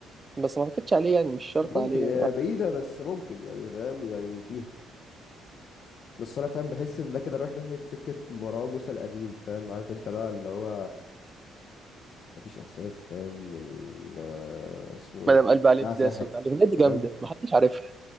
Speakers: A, on the right; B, on the left.
A: بس ما اعتقدش عليه يعني مش شرط
B: ممكن
A: عليه
B: هي
A: يعني
B: بعيده بس ممكن يعني فاهم يعني فيها بس انا فاهم بحس ان ده كده رايح ناحيه سكه مروان موسى القديم فاهم عارف انت بقى اللي هو مفيش احساس فاهم ال آه، اسمه ايه
A: مدام قلب عليه
B: ده
A: الداس
B: ساحت
A: وبتاع الأغنية دي
B: فاهم
A: جامدة محدش عارفها